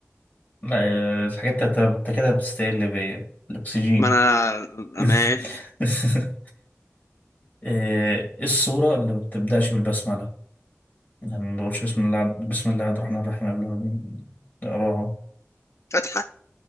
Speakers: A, on the left; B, on the left.
A: لا آه، الحاجات انت أنت كده بتستقل بيا الأكسجين
B: ما انا
A: <laughs>
B: ماشي
A: ايه الصورة اللي ما بتبدأش بالبسملة يعني ما بقولش بسم الله بسم الله الرحمن الرحيم قبل ما نقراها
B: فتحه